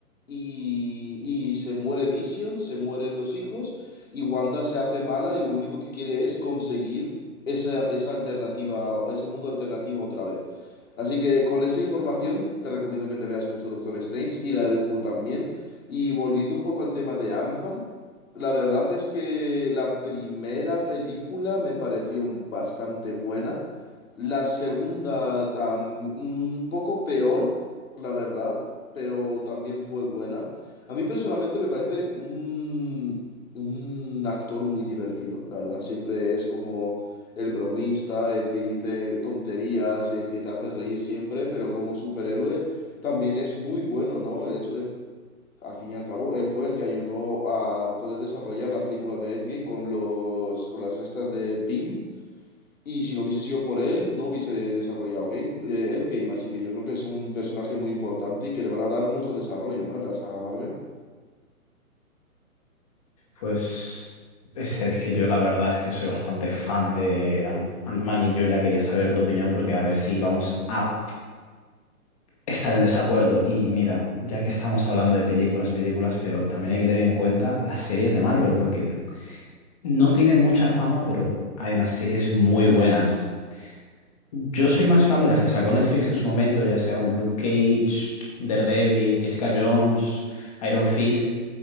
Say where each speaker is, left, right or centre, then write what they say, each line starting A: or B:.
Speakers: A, on the left; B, on the left.
A: y, y se muere Vision, se mueren los hijos, y Wanda se hace mala y lo único que quiere es conseguir esa, esa alternativa, ese mundo alternativo otra vez. Así que con esa información te recomiendo que te veas mucho Doctor Strange y la de Deadpool también. Y volviendo un poco al tema de Ant-Man, la verdad es que la primera película me pareció bastante buena. La segunda, tam- un poco peor, la verdad, pero también fue buena. A mí personalmente me parece un, un actor muy divertido, la verdad. Siempre es como el bromista, el que dice tonterías y el que te hace reír siempre, pero como superhéroe también es muy bueno, ¿no? El hecho de, al fin y al cabo, él fue el que ayudó a poder desarrollar la película de Endgame con los, con las estas de pym y si no hubiese sido por él, no hubiese de- desarrollado Game, eh, Endgame. Así que yo creo que es un personaje muy importante y que le van a dar mucho desarrollo, ¿no? En la saga Marvel.
B: Pues es, es que yo la verdad es que soy bastante fan de Ant- Ant-Man y yo ya quería saber tu opinión porque a ver si vamos a estar en desacuerdo. Y mira, ya que estamos hablando de películas, películas, pero también hay que tener en cuenta las series de Marvel, porque no tienen mucha fama, pero hay unas series muy buenas. Yo soy más fan de las que sacó Netflix en su momento, ya sea un Luke Cage, un Daredevil, Jessica Jones, Iron Fist.